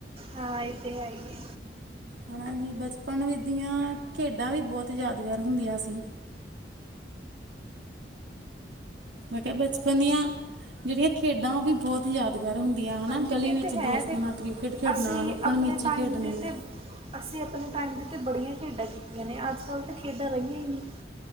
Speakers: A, on the right (about 30°); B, on the right (about 80°).
A: ਹਾਂ ਇਹ ਤੇ ਹੈ ਈ ਏ।
B: ਹਾਂ ਜੀ ਬਚਪਨ ਵਿੱਚ ਦੀਆਂ ਖੇਡਾਂ ਵੀ ਬਹੁਤ ਯਾਦਗਾਰ ਹੁੰਦੀਆਂ ਸੀ। ਮੈਂ ਕਿਹਾ ਬਚਪਨ ਦੀਆਂ ਜਿਹੜੀਆਂ ਖੇਡਾਂ, ਉਹ ਵੀ ਬਹੁਤ ਯਾਦਗਾਰ ਹੁੰਦੀਆਂ ਹੈ ਨਾ
A: ਹਾਂਜੀ
B: ਗਲੀ
A: ਇਹ
B: ਵਿੱਚ।
A: ਤੇ ਹੈ
B: ਵਿੱਚ ਦੋਸਤਾਂ
A: ਦੇਖ
B: ਨਾਲ ਕ੍ਰਿਕਟ ਖੇਡਣਾ,
A: ਅਸੀਂ
B: ਲੁੱਕਣ
A: ਆਪਣੇ
B: ਮਿਚੀ
A: ਟਾਈਮ
B: ਖੇਡਣੀ।
A: ਤੇ ਤੇ ਅਸੀਂ ਆਪਣੇ ਟਾਈਮ 'ਤੇ ਬੜੀਆਂ ਖੇਡਾਂ ਕੀਤੀਆਂ ਨੇ। ਅੱਜ ਕੱਲ ਤਾਂ ਖੇਡਾਂ ਰਹੀਆਂ ਹੀ ਨਹੀਂ।